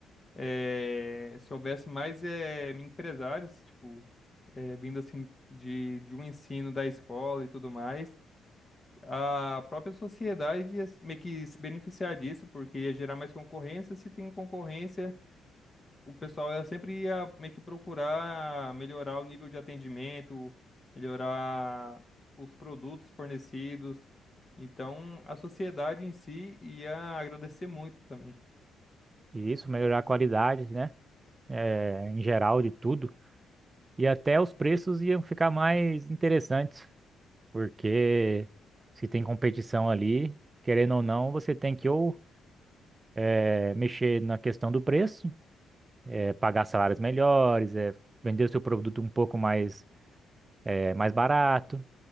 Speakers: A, on the left; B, on the right.
A: É, se houvesse mais é, empresários, tipo, é, vindo assim de, de um ensino da escola e tudo mais. a própria sociedade ia meio que se beneficiar disso, porque ia gerar mais concorrência. Se tem concorrência, o pessoal ia sempre ia meio que procurar melhorar o nível de atendimento, melhorar os produtos fornecidos. Então, a sociedade em si ia agradecer muito também.
B: Isso, melhorar a qualidade, né? É, em geral de tudo. E até os preços iam ficar mais interessantes, porque se tem competição ali, querendo ou não, você tem que ou é, mexer na questão do preço, é, pagar salários melhores, é, vender o seu produto um pouco mais, é, mais barato.